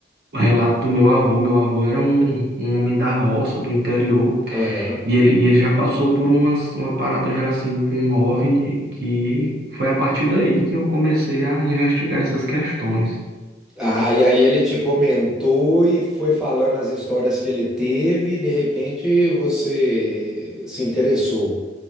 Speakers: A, on the right; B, in the centre.
A: um relato do meu avô. Meu avô era um, um homem da roça, do interior,
B: Aham.
A: e ele, e ele já passou por uma, uma parada já assim com um OVNI, que foi a partir daí que eu comecei a investigar essas questões.
B: Ah, e aí ele te comentou e foi falando as histórias que ele teve e de repente você se interessou.